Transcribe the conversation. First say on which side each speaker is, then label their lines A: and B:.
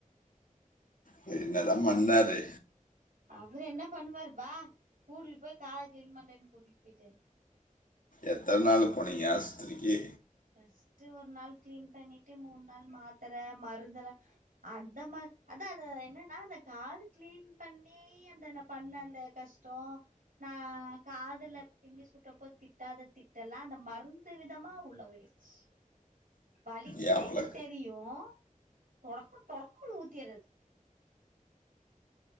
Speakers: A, on the left (about 75°); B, on the right (about 70°).
A: வேர்என்ன தா பண்ணாரு
B: அவர் என்ன பண்ணுவாரு வா கூட்டிட்டு போய் கால க்ளீன் பண்றேனு கூட்டிட்டு போயிட்டாரு
A: எத்தன நாள் போனீங்க ஆஸ்பித்திரிக்கு
B: ஃபர்ஸ்ட் ஒரு நாள் க்ளீன் பண்ணிட்டு மூன் நாள் மாத்தர மருந்தலா அந்த மா அதா அது என்னன்னா அது காத க்ளீன் பண்ணி அந்த ந பண்ண அந்த கஷ்டோ நா காதுல பிங்கி சுட்டப்போ திட்டாத திட்டலா அந்த மருந்து விதமா உள்ள போயிருச்சு வலிக்குதுன்னு
A: ஏன் அவ்வளோ
B: தெரியு டொடக்கு டொடக்கு ஊத்திர்றது